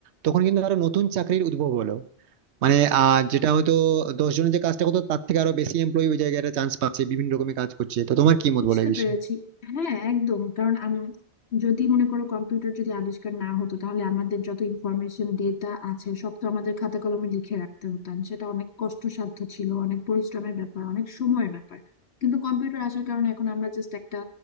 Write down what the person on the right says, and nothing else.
তখন কিন্তু আরো নতুন চাকরির উদ্ভব হলো মানে আহ যেটা হয়তো দশ জনের যে কাজটা করতো তার থেকে আরো বেশি এমপ্লয়ি ওই জায়গাটা চান্স পাচ্ছে বিভিন্ন রকমের কাজ করছে তো তোমার কি মত
বলো এই বিষয়ে